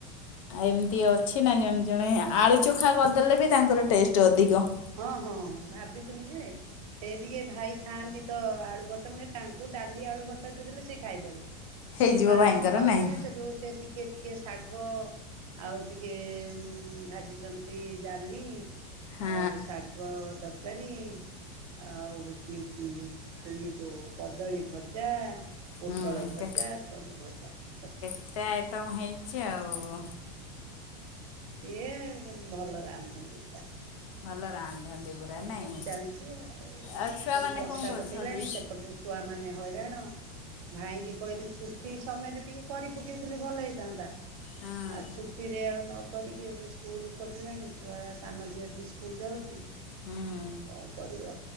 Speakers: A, on the left; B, on the right.
A: ଏମିତି ଅଛି ନା ଜଣେ ଜଣେ ଆଳୁ ଚୋଖା କରିଦେଲେ ବି ତାଙ୍କର ଟେଷ୍ଟ ଅଧିକ।
B: ହଁ ହଁ ହଁ ଭାବିଥିଲି ଯେ, ସେ ଟିକେ ଭାଇ ଖାଆନ୍ତି ତ, ଆଳୁ ଭର୍ତା ମାନେ ତାଙ୍କୁ ଡାଲି, ଆଳୁ ଭାର୍ତା ଦେଇ ଦେଲେ ସେ ଖାଇ ଦେବେ।
A: ହେଇଯିବ
B: ସେ ମାଆ
A: ଭାଇଙ୍କର
B: ମନ ବୁଝେନି
A: ନାଇଁ
B: ସେଠୁ ସେ ଟିକେ ଟିକେ ଶାଗ ଆଉ ଟିକେ ଭାଜିଛନ୍ତି ଡାଲି।
A: ହଁ
B: ଆଉ ଶାଗ ତରକାରୀ ଆଉ ହଉଛି ଏ ଯେଉ କଦଳୀ ଭଜା, ପୋଟଳ
A: ହୁଁ
B: ଭଜା ସବୁ ଭଜା କରି ଦଉଁ।
A: ଏତେ ଆଇଟମ୍ ହେଇଛି ଆଉ
B: ଇଏ ଭଲ ରାନ୍ଧନ୍ତି ପୁରା।
A: ଭଲ ରାନ୍ଧନ୍ତି ପୁରା
B: ଆଉ ଏଇ
A: ନାଇଁ
B: ଭଳି ଚାଲିଛି ଆଉ କଣ
A: ଆଉ ଛୁଆମାନେ
B: କରିବି, ବର୍ଷା
A: କଣ କରୁଛନ୍ତି?
B: ପକେଇଲାଣି ସେ ପଟେ ଏପଟେ ଛୁଆ ମାନେ ହଇରାଣ, ଭାଇଙ୍କି କହିଲି ଛୁଟି ସମୟରେ ଟିକେ କରି ପକେଇଥିଲେ ଭଲ ହେଇଥାନ୍ତା,
A: ହଁ
B: ଆଉ ଛୁଟିରେ କରିକି ଏବେ ସ୍କୁଲ ଖୋଲିଲାଣି, ଛୁଆ ସାନ ଝିଅଟି ସ୍କୁଲ ଯାଉଛି।
A: ହୁଁ
B: କଣ କରିବ।